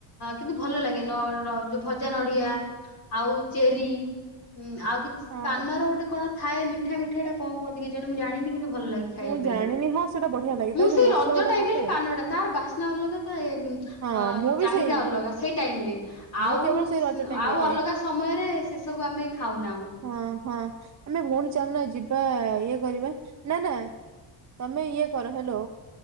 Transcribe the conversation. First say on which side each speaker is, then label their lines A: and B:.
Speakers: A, on the left; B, on the right.
A: କିନ୍ତୁ ଭଲ ଲାଗେ ନ ଯୋଉ ଭଜା ନଡିଆ ଆଉ ଚେରିୀ ଉଁ ଆଉ କିଛି
B: ହଁ
A: ପାନର ଗୋଟେ କଣ? ଥାଏ ମିଠା ମିଠା କୁହନ୍ତି କି ଜେ ମୁଁ ଜାଣିନି କିନ୍ତୁ ଭଲ ଲାଗେ। ଖାଇବା
B: ମୁଁ
A: ପାଇଁ
B: ଜାଣିନି ହଁ ସେଇଟା ବଢିଆ ଲାଗେ
A: ମୁଁ
B: ତା ଯୋଉ
A: ସେଇ
B: ମସଲା
A: ରଜ
B: ଗୁଡା
A: ଟାଇମ
B: ନଥାଏ।
A: ରେ ହିଁ ପାନଟା ତାର ବାସ୍ନା ଅଲଗା ତ ଅ
B: ହଁ ମୁଁ
A: ଚାହିଦା
B: ବି ସେଇ
A: ଅଲଗା ସେଇ ଟାଇମରେ
B: ମୁଁ
A: ଆଉ
B: କେବଳ ସେଇ ରଜ ଟାଇମ
A: ଆଉ
B: ରେ
A: ଅଲଗା
B: ଖାଏ।
A: ସମୟରେ ସେ ସବୁ ଆମେ ଖାଉନାଁ।
B: ହଁ ହଁ ଆମେ ଭଉଣୀ ଚାଲନା ଯିବା ଇଏ କରିବା ନା ନା ତମେ ଇଏ କର ହେଲୋ